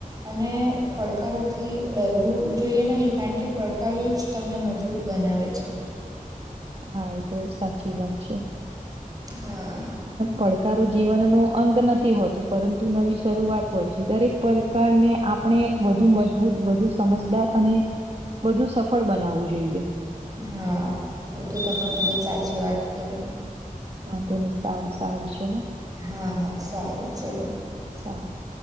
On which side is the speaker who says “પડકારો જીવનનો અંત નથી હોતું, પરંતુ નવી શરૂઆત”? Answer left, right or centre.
Right